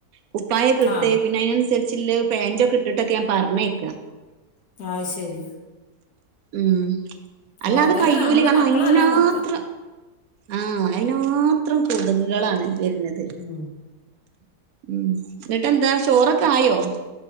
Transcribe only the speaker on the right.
കുപ്പായൊക്കെ ഇട്ട്
പിന്നെ അയിനനുസരിച്ച് ചില്ല് പാന്റൊക്കെ ഇട്ടിട്ടൊക്കെയാ ഞാൻ പറഞ്ഞയിക്കാ
ഉം അല്ലാത
കയ്യൂല
കാരണം
അയിനാത്രം
ആഹ് അയിന് മാത്രം കൊതുകുകളാണ് വരുന്നത്
ഉം എന്നിട്ടെന്താ ചോറൊക്കായോ